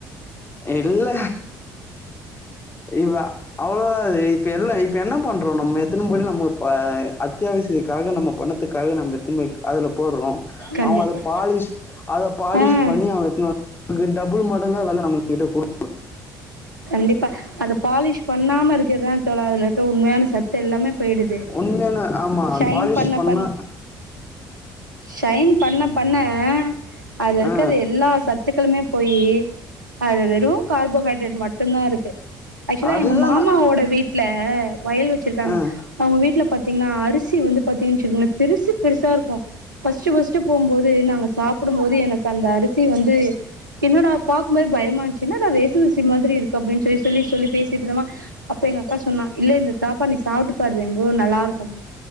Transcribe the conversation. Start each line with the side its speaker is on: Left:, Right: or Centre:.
Left: இல்ல இவா அவ்ளதா அது இப்ப எல்லா இப்ப என்ன பண்றோ நம்ம எத்துனு போய்ட்டு நம்ம ப அத்தியாவசியத்துக்காக நம்ம பணதுக்காக நம்ம எடுத்துனுப்போயி அதுல போடுறோ
Right: கண்டிப்பா
Left: அவங்க அதுல பாலிஷ் அத பாலிஷ்
Right: ஆ
Left: பண்ணி அவ எத்துனு வர்ரகு டபுள் மடங்கா வெல நம்ம கிட்ட குடு
Right: கண்டிப்பா அது பாலிஷ் பண்ணாம இருக்கிறதா தோழா அதுல இருக்க உண்மையான சத்து தெல்லாமே போய்டுது
Left: உண்மையான ஆமா
Right: ஷைன்
Left: பாலிஷ்
Right: பண்ண
Left: பண்ணா
Right: பண் ஷைன் பண்ண பண்ண அதுல இருக்க
Left: ஆ
Right: எல்லா சத்துக்களுமே போய் அதுல வெறு கார்போஹைட்ரேட் மட்டு மட்டும்தா இருக்கு ஆக்சுவலா
Left: அதுதான்
Right: எங்க மாமாவோட
Left: நா
Right: வீட்ல வயல் வச்சிருக்காங்க
Left: ஆ
Right: அவங்க வீட்ல பாத்தீங்கனா அரிசி வந்து பாத்தீங்கன் வச்சுக்கோங்களே பெருசு பெருசா இருக்கு ஃபர்ஸ்ட்டு ஃபர்ஸ்ட்டு போம்போது நாங்க சா ப்டும்போது எனக்கு அந்த அரிசி வந்து என்னடா பாக்கு போது பயமா இருந்துச்சு என்னடா ரேஷன் அரிசி மாதிரி இருக்கு அப்டின் சொல்லி சொல்லி சொல்லி பேசிட்டு இருந்தமா அப்ப எங்க அக்கா சொன்னா இல்ல இந்த சாப்பாடு நீ சாப்ட்டு பாரு வேம்பு நல்லாருக்கு